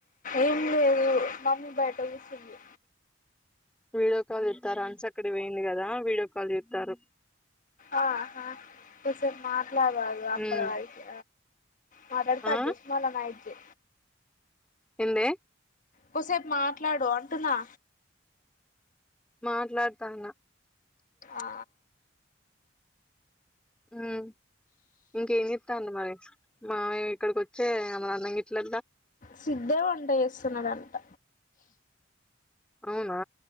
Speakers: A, on the left; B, in the centre.
A: ఏం లేదు మమ్మీ బయట తెలిసిలు
B: వీడియో కాల్ చెస్తారు అన్స్ అక్కడ పోేయింది కదా వీడియో కాల్ చెస్తారు
A: ఆహా కోసేపు మా అట్ల కాదు అప్పుల
B: ఉమ్
A: వరకి మాట్లాడి కట్
B: ఆ
A: చెస్ మల్ల నైట్ చే
B: ఎందే
A: కోసేపు మాట్లాడు అంటున్నా
B: మాట్లాడతానా
A: ఆ
B: ఉమ్ ఇంకేం చెస్తాండి మరి మావయ్య ఇక్కడికి వచ్చి సే ఏమనంనంగిట్లల
A: సిధే వంట చేస్తున్నాడంట
B: అవునా